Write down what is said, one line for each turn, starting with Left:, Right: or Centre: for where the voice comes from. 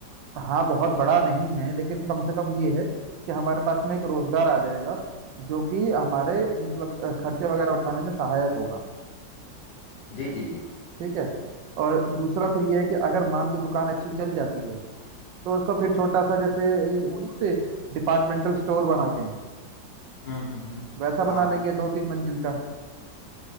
Right: हाँ बहुत बड़ा नहीं है लेकिन कम से कम ये है कि हमारे पास में एक रोजगार आ जाएगा जो कि हमारे मतलब अ, खर्चे वगैरह उठाने में सहायक होगा
Left: जी जी जी
Right: ठीक है और दूसरा फिर ये है कि अगर मान लो दुकान अच्छी चल जाती है तो उसको फिर छोटा सा जैसे अ, वो नहीं होते डिपार्टमेंटल स्टोर बनाते हैं
Left: हम्म हम्म हम्म,
Right: वैसा
Left: हाँ
Right: बना लेंगे दो तीन मंजिल का